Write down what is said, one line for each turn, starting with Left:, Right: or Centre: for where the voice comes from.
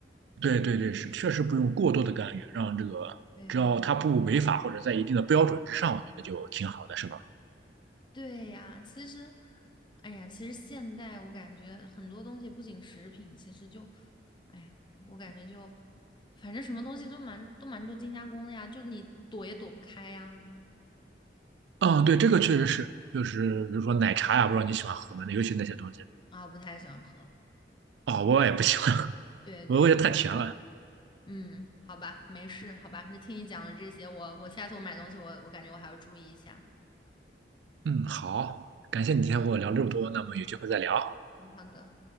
Right: 对对对，是确实不用过多的干预，让这个只要他不违法或者在一定的标准之上，
Left: 对。
Right: 我觉得就挺好的，是吧？
Left: 对呀，其实，哎呀，其实现代我感觉很多东西，不仅食品，其实就，哎呀，我感觉就，反正什么东西都蛮都蛮多精加工的呀，就你躲也躲不开呀。
Right: 嗯，对，这个确实是，就是比如说奶茶呀，不知道你喜欢喝吗？那尤其那些东西，
Left: 啊，不太喜欢喝。
Right: 哦，我也不喜欢，<laughs>
Left: 对对，
Right: 我我觉得太甜了。
Left: 嗯，好吧，没事，好吧，那听你讲了这些，我我下次我买东西我我感觉我还要注意一下。
Right: 嗯，好，感谢你今天和我聊这么多，那么有机会再聊。
Left: 嗯，好的。